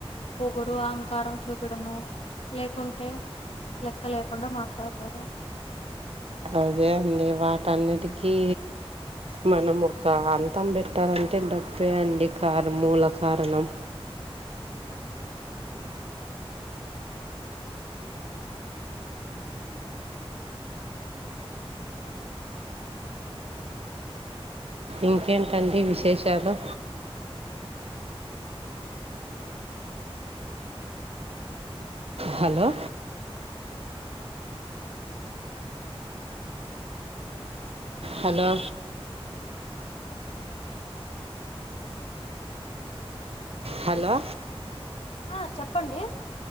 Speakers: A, on the left; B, on the right.
A: పొగురు, అహంకారం చూపడము లేకుంటే లెక్క లేకుండ మాట్లాడతారు.
B: అదే అండి వాటన్నిటికీ మనం ఒక అంతం పెట్టాలంటే డబ్బే అండి కార మూలకారణం ఇంకేంటండి విశేషాలు? హలో హలో హలో
A: ఆ చెప్పండి